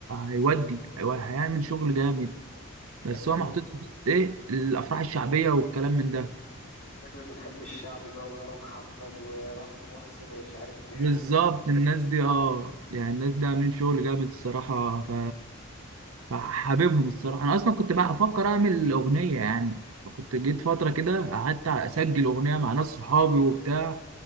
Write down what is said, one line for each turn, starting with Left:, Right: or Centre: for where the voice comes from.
Right: هيودي هيو- هيعمل شغل جامد بس
Left: شكلك
Right: هو محطوط في حتة ايه الافراح الشعبيه والكلام من ده
Left: شكلك بتحب الشعبي بقى ويارا محمد ورحمه محسن ومش عارف ايه
Right: بالظبط
Left: والجو.
Right: الناس دي اه يعني الناس دي عاملين شغل جامد الصراحه ف فحاببهم الصراحه انا اصلا كنت بقى هفكر اعمل اغنيه يعني كنت جيت فتره كده قعدت اسجل اغنيه مع ناس صحابي وبتاع